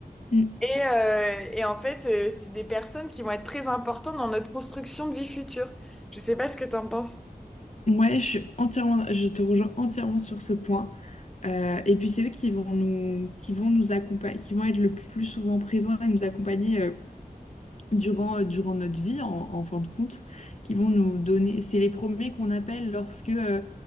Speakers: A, on the left; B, in the centre.
A: Mmh.
B: Et, euh, et en fait, euh, c'est des personnes qui vont être très importantes dans notre construction de vie future. Je sais pas ce que t'en penses.
A: Ouais, je suis entièrement, je te rejoins entièrement sur ce point. Euh, et puis c'est eux qui vont nous, qui vont nous accompagner, qui vont être le plus souvent présents et nous accompagner euh, durant, euh, durant notre vie, en, en fin de compte, qui vont nous donner. C'est les premiers qu'on appelle lorsque euh,